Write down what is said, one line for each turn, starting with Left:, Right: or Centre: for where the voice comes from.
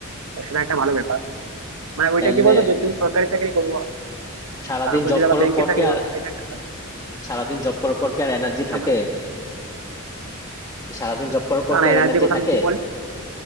Right: তো সেটা একটা ভালো ব্যাপার মানে ওইটা
Left: এমনি
Right: কি বলতো যদি তুমি সরকারি চাকরি করবো
Left: সারাদিন
Right: তারপরে
Left: জব
Right: যদি আবার
Left: করার
Right: ব্যাংকে
Left: পর
Right: চাকরি
Left: কি
Right: করো
Left: আর
Right: তুমি এটা একটা কাজ।
Left: সারাদিন জব করার পর কি আর এনার্জি
Right: হ্যাঁ,
Left: থাকে
Right: বলো
Left: সারাদিন জব করার পর
Right: না
Left: কি
Right: না
Left: আর
Right: এনার্জির
Left: এনার্জি
Right: কথা
Left: থাকে
Right: তুমি কি